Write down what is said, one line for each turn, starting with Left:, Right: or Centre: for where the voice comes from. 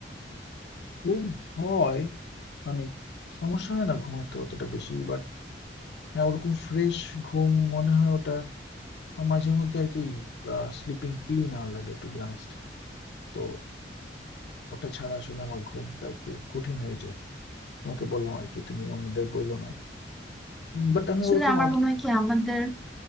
Left: ঘুম হয় মানে সমস্যা হয় না ঘুমাতে অতটা বেশি বাট হ্যাঁ ওরকম ফ্রেশ ঘুম মনে হয় ওটা আর মাঝে মধ্যে আর কি স্লিপিং পিল না লাগে টু বি অনেস্ট তো ওটা ছাড়া আসলে আমার ঘুমটা একটু কঠিন হয়ে যায় তোমাকে বললাম আর কি তুমি অন্যদের বইলো না বাট আমি
Centre: আসলে
Left: ওরকম
Centre: আমার মনে হয় কি আমাদের